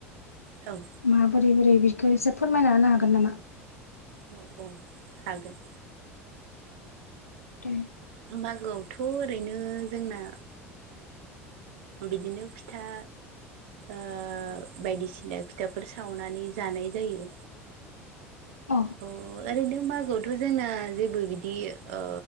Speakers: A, on the right; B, on the left.
A: औ
B: माबोरै बोरै बोरै बिखो एसे फोरमायना होनो हागोन नामा?
A: औ औ हागोन।
B: दे
A: मागोआवथ' ओरैनो जोंना बिदिनो फिथा ओ बायदिसिना फिथाफोर सावनानै जानाय जायो।
B: अ
A: अ ओरैनो मागोआवथ' जोंना जेबो बिदि ओ